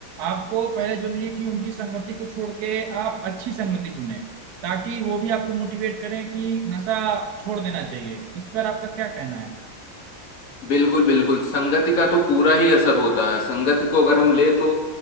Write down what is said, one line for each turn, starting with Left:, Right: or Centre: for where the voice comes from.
Right: आपको पहले जरूरी है कि उनकी संगति को छोड़ के आप अच्छी संगति चुने ताकि वो भी आपको मोटिवेट करें कि नशा छोड़ देना चाहिए इस पर आपका क्या कहना है
Left: बिल्कुल बिल्कुल संगति का तो पूरा ही असर होता है संगति को अगर हम ले तो